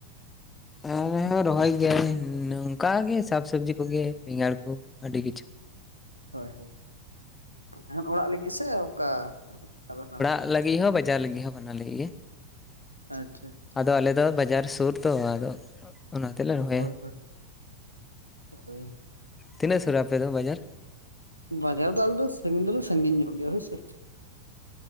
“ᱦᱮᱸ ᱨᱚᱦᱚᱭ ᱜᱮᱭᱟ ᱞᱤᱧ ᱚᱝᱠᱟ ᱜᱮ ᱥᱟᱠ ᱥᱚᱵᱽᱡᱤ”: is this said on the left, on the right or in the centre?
Left